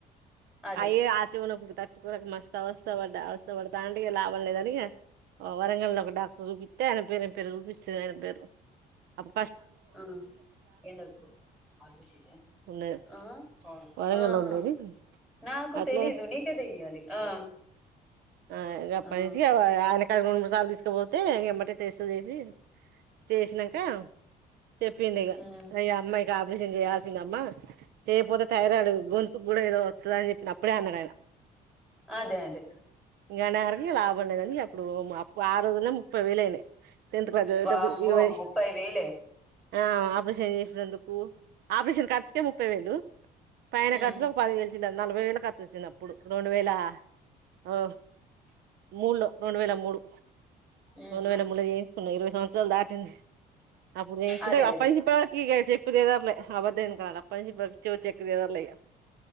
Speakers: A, in the centre; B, on the right.
A: అదే
B: అయ్యే ఆ చెవులో పుడు తట్టుకోలేక మస్తు అవస్థ పడ్డ. అవస్థ పడతాంటే ఇక లాభం లేదు అని ఆ వరంగల్లో ఒక డాక్టరుకు చూపిత్తె ఆయన పేరు పెరుగుపిస్తే అయ్యిద్ది ఏదో అప్
A: ఆ ఏంది అడుగు పాలు పోసిందా
B: ఉన్నది
A: ఆ పాలు
B: వరంగల్
A: ఆహా
B: లో ఉండేది
A: నాకు
B: అట్లా
A: తెలీదు నీకే తెలియాలి. ఆ
B: ఆ రేపటి
A: ఆ
B: నుంచి అవు ఆడే తరు మసాల తీసుక పో ఎమ్మటె టెస్టు చేసి చేసినాంక చెప్పిండు ఇక
A: హ్మ్
B: ఈ అమ్మాయికి ఆపరేషన్ చేయాలి వచ్చిందమ్మా చేయకపోతే థైరాయిడు గొంతుకు కూడా ఏదో వత్తది అని చెప్పిన అప్పుడే అన్నాడు ఆయన
A: అదే అదే.
B: ఇంకా <unintelligible> లాభం లేదని అప్పుడు అప్పు ఆ రోజుల్లో ముప్పై వేలు అయినాయి టెన్త్ క్లాస్ చదివేటప్పుడు
A: వామ్మో
B: ఈ వయస్
A: ముప్పై వేలే
B: ఆ ఆపరేషన్ చేసేటందుకు ఓ ఆపరేషన్ ఖర్చుకే ముప్పై వేలు, పైన
A: ఉమ్
B: ఖర్చులు ఒక పది వేలు చిల్లర నలభై వేలు ఖర్చు వచ్చింది అప్పుడు రెండు వేల ఆ మూడులో రెండు వేల మూడు
A: ఉమ్
B: రెండు వేల మూడు చేయించుకున్నా ఇరవై సంవ చ్చల్ దాటి అప్పుడు చేయించుకుంటే
A: అదే
B: అప్పటి
A: అదే
B: నుంచి ఇప్పటి వరకి ఇక చెక్కు చెదర లే అబద్దం <unintelligible> అప్పటి నుంచి ఇప్పటి వరకు చెవు చెక్కు చెదరలే ఇక